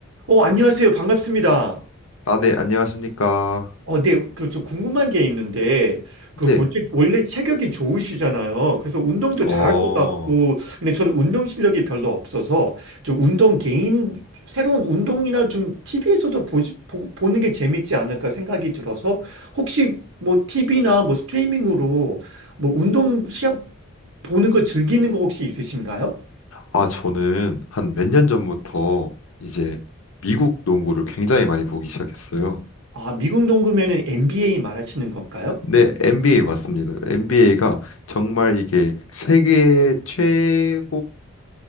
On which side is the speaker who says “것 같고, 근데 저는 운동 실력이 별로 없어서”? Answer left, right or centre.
Right